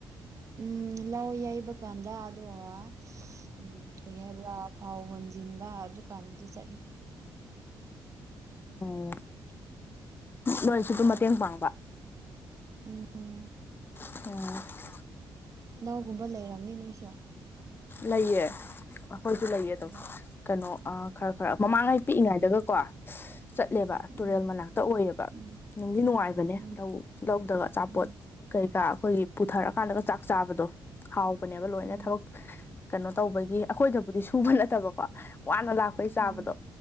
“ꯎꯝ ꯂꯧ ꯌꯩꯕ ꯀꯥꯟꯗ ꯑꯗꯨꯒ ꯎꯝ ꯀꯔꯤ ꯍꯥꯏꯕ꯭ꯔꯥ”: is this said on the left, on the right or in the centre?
Right